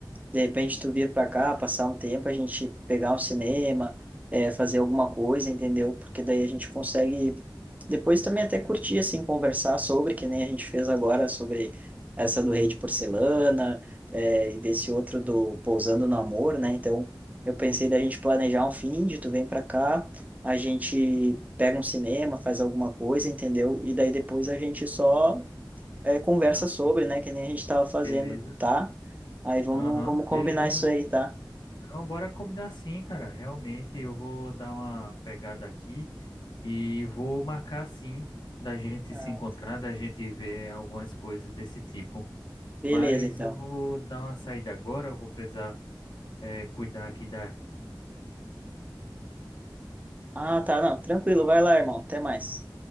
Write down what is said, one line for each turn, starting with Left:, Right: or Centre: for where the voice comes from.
Right: de repente tu vir para cá, passar um tempo, a gente pegar um cinema, eh, fazer alguma coisa, entendeu? Porque daí a gente consegue depois também até curtir, assim, conversar sobre, que nem a gente fez agora, sobre essa do Rei de Porcelana, eh, e desse outro do Pousando no Amor, né? Então eu pensei da gente planejar um fim de tu vem para cá, a gente pega um cinema, faz alguma coisa, entendeu? E daí depois a gente só é, conversa
Left: Ah, sim.
Right: sobre, né? Que nem a gente tava fazendo,
Left: Beleza.
Right: tá? Aí vamos,
Left: Aham,
Right: vamos combinar
Left: beleza.
Right: isso aí, tá?
Left: Não, bora combinar sim, cara. Realmente, eu vou dar uma pegada aqui. E vou marcar sim da gente
Right: Ah,
Left: se encontrar, da gente ver algumas coisas desse tipo.
Right: Beleza,
Left: Mas
Right: então.
Left: eu vou dar uma saída agora, eu vou precisar eh, cuidar aqui da
Right: Ah, tá, não, tranquilo, vai lá, irmão. Até mais.